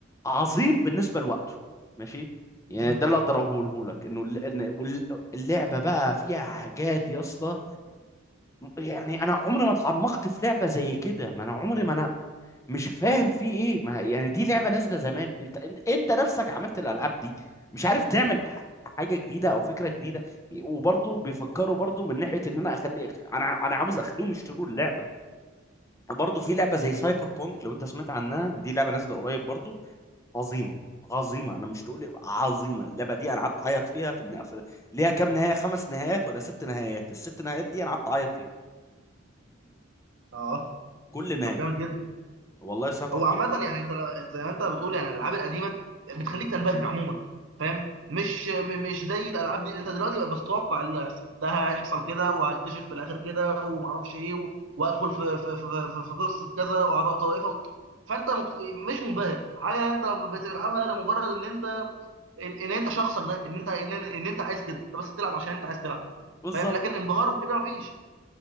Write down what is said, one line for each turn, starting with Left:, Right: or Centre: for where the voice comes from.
Left: عظيم بالنسبه لوقته ماشي يعني
Right: مم.
Left: ده اللي اقدر اقوله لك انه ال- إن- وال- اللعبه بقى فيها حاجات يا اسطى يعني انا عمري ما اتعمقت في لعبه زي كده ما انا عمري ما انا مش فاهم فيه ايه ما يعني دي لعبه نازله زمان انت انت انت نفسك عملت الالعاب دي مش عارف تعمل ح- حاجه جديده او فكره جديده وبرضه بيفكروا برضه من ناحيه ان انا اخلي انا انا عاوز اخليهم يشتروا اللعبه برضه في لعبه زي سايبر بونك لو انت سمعت عنها دي لعبه نازله قريب برضه عظيمه عظيمه انا مش تقول عظيمه اللعبه دي انا قعدت اعيط فيها في النهايه ليها كام نهايه خمس نهايات ولا ست نهايات الست نهايات دي انا قعدت اعيط فيها
Right: اه
Left: كل نهايه
Right: طب جامد جدا
Left: والله سايبر
Right: هو
Left: بونك
Right: عامة يعني انت زي ما انت بتقول يعني الالعاب القديمة بتخليك تنبهر عموما فاهم مش م- مش زي الالعاب دي انت دلوقتي بقى بتتوقع اللي هيحصل ده هيحصل كده وهكتشف في الاخر كده ومعرفش ايه و- وادخل في في في في, في قصة كذا واعضاء طائفة و... فانت مك... مش منبهر حاجة انت بتلعبها لمجرد ان انت ان, ان انت شخصك ده ان انت ان, ان انت عايز كده انت بس تلعب عشان انت عايز تلعب
Left: بالظبط
Right: فاهم لكن انبهار وكده مفيش